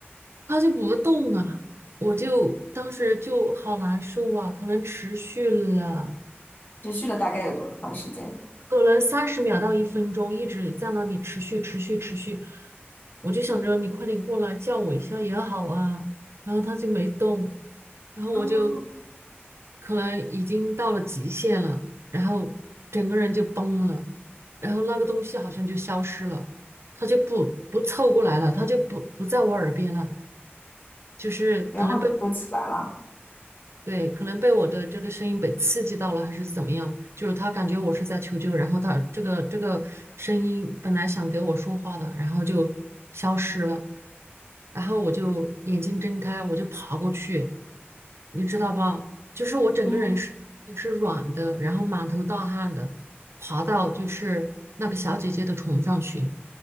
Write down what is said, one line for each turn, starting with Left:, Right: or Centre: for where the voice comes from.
Right: 他就不动啊，我就当时就好难受啊，可能持续了。
Left: 持续了大概有多长时间？
Right: 可能三十秒到一分钟一直在那里持续持续持续，我就想着你快点过来叫我一下也好啊，然后他就没动，然后我就
Left: 哦，
Right: 可能已经到了极限了，然后整个人就崩了，然后那个东西好像就消失了，他就不不凑过来了，他就不不在我耳边了，就是可能被。
Left: 然后你就起来了。
Right: 对，可能被我的这个声音被刺激到了，还是怎么样？就是他感觉我是在求救，然后他这个这个声音本来想给我说话的，然后就消失了，然后我就眼睛睁开，我就爬过去，你知道吧？就是我整个人是就是软的，
Left: 嗯
Right: 然后满头大汗的，爬到就是那个小姐姐的床上去。